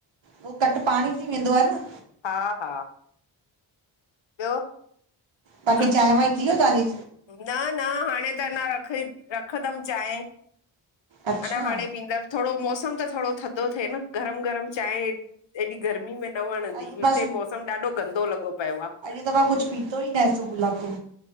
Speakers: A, on the right; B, on the left.
A: उहो कटि पाणे ई थी वेंदो आ न
B: हा हा ॿियो
A: बाक़ी
B: अरे,
A: चांहि वांहि थीयव तव्हांजी?
B: न न हाणे त अञा रखइ रखंदमि चाहि
A: अच्छा,
B: अञा हाणे पींदंम थोड़ो मौसम त थोड़ाो थधो थिए न गरम गरम चांहि हेएॾी गर्मी में न वणंदी
A: अॼु
B: हिते
A: मां
B: मौसम ॾाढो गंदो लॻो पियो आ
A: ्ज त मांकुझु पीतो ई न आए सुबुह खां पो